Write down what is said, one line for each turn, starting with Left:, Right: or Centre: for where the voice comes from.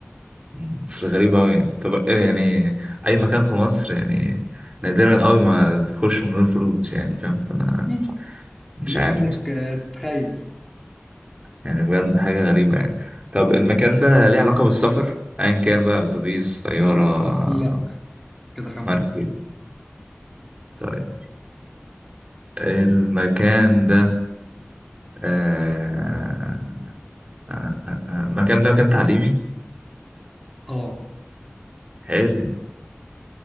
Right: مم. بس غريب أوي يعني طب آه، يعني أي مكان في مصر يعني نادرا أوي ما بتخش من غير فلوس يعني فاهم فأنا
Centre: مم.
Right: مش
Centre: ليك
Right: عارف
Centre: إنك آه، تتخيل
Right: يعني بجد حاجة غريبة يعني طب المكان ده ليه علاقة بالسفر أيا كان بقى أتوبيس طيارة
Centre: لا كده خمسة
Right: مركب
Centre: كده
Right: طيب المكان ده آه... آه... آه... آه، آه، المكان ده مكان تعليمي
Centre: اه
Right: حلو